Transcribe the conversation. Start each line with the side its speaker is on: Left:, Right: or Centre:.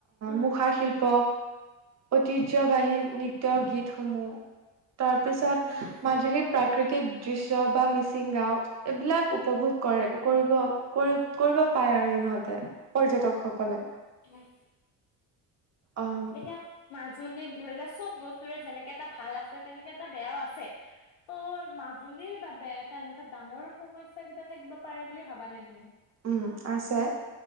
Left: উম
Right: মুখা শিল্প ঐতিহ্যবাহী
Left: উম
Right: নৃত্য গীত। থমো। তাৰ পিছত
Left: আচ্ছা
Right: মাজুলীৰ প্ৰাকৃতিক দৃশ্য বা মিচিং গাও এইবিলাক। উপভোগ কৰে কৰিব কৰি কৰিব পাৰে আৰু ইহঁতে পৰ্যটকসকলে।
Left: উম।
Right: আহ
Left: এতিয়া মাজুলী ধৰি লোৱা। চব বস্তুৰে যেনেকে এটা ভাল আছে তেনেকে এটা বেয়াও আছে ত' মাজুলীৰ বাবে এটা এনেকুৱা ডাঙৰ সমস্যা কিবা থাকিব পাৰে বুলি ভাবা নে তুমি।
Right: উম আছে